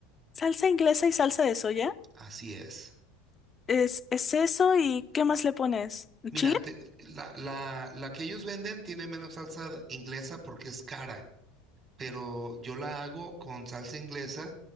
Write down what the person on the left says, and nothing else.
Salsa inglesa y salsa de soya.
Es, es eso y ¿qué más le pones?
¿Chile?